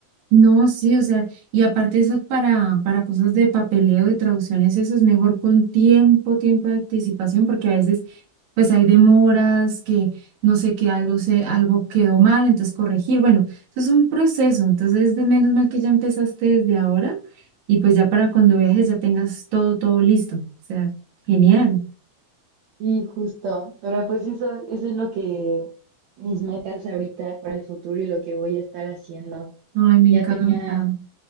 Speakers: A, on the right (about 65°); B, on the right (about 85°).
A: no, sí, o sea, y aparte eso para, para cosas de papeleo, de traducciones, eso es mejor con tiempo, tiempo de anticipación, porque a veces pues hay demoras, que no sé que algo se, algo quedó mal, entonces corregir. Bueno, eso es un proceso, entonces de menos mal que ya empezaste desde ahora, y pues ya para cuando viajes ya tengas todo, todo listo. O sea, genial.
B: Sí, justo. Pero pues eso, eso es lo que mis metas ahorita para el futuro y lo que voy a estar haciendo.
A: Ay, me
B: Y
A: encanta.
B: ya tenía,